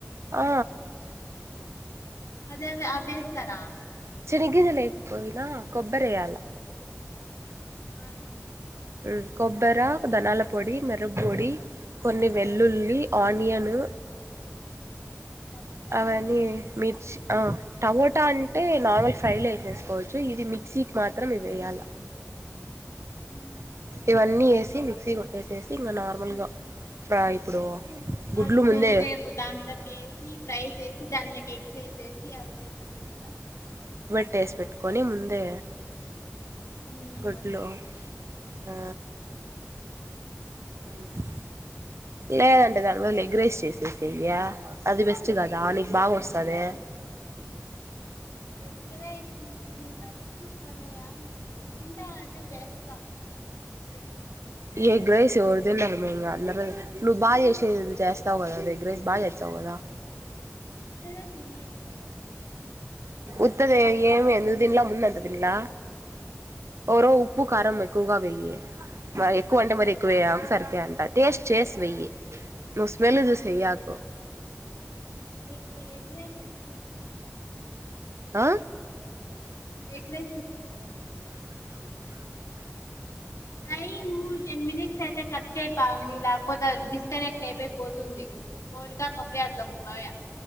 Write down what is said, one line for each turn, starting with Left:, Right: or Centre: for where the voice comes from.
Right: ఆ
Left: అదే అదే అభేస్తారా
Right: చని గింజలు లేక్ పోయినా కొబ్బరేయాల
Left: ఆ
Right: ఉమ్ కొబ్బేర ధనాల పొడి మెర పొడి కొన్ని వెల్లుల్లి ఆనియను
Left: టమోటా
Right: అవన్నీ మిర్ ఆ చ్ టమోటా అంటే నార్మల్ ఫ్రై లో వేసేసుకోవచ్చు ఇది మిక్సీకి మాత్రం ఇవి వేయాల
Left: ఉ
Right: ఇవన్నీ వేసి మిక్సీ కొట్టేసేసి ఇంకా నార్మల్గా ఫ్రా ఇప్పుడు గుడ్లు
Left: అది
Right: ముందే
Left: కొంచెపు దాంట్లో కేసి ఫ్రై చేసి దాంట్లోకి ఎగ్స్ ఏసే సీ కీ అవచేసేది కదా
Right: వేసి పెట్టుకొని ముందే
Left: ఉమ్
Right: గుడ్లు
Left: అదెలుసులే
Right: ఆ అంతే లేదంటే దాని బదులు ఏ గ్ రైస్ చేసేసెయ్ య్య అది బెస్ట్ కదా నీకు బాగా వస్తది
Left: ఎగ్రైస్ రైస్కర్ల్ తింటారంటే చేస్తా ఎగ్ రైస్
Right: ఎగ్ రైస్ ఎవరు తిన్నరు మేఇంగ అందరు నువ్వు బాగా చేసే ది చేస్తావు కదా ఎగ్ ర్రైస్ బాగా చేచ్చావు కదా
Left: ఉ త్తదే తిన్లేమ్ కదా అందు కు
Right: ఉత్తదే ఏమి ఎందుకుదిన్లా ముందు అంత దిన్లా ఒరవ ఉప్ ఉ ప్పు కారం ఎక్కువగా వెయి మై ఎక్కువ అంటే మరిీ ఎక్కువేయాకు సరిపోేఎంత టేస్ట్ చేసి వెయ్యి నువ్వు స్మెల్ వే య్యాకు
Left: నిక్ ఎగ్ రైస్ ఎట్లతెల్స అమ్మ
Right: ఆ
Left: ఎగ్ రైస్ ఎట్ల చేస్తావ్ టైము టెన్ మినిట్స్ అయితే కట్ చేయ్ పావని లేకపోతే అద్ డిస్ స్కనెక్ట్ అయిపోయిపోతుంది మౌనికకి కప్పుడే అట్ల ఒకటి పోయా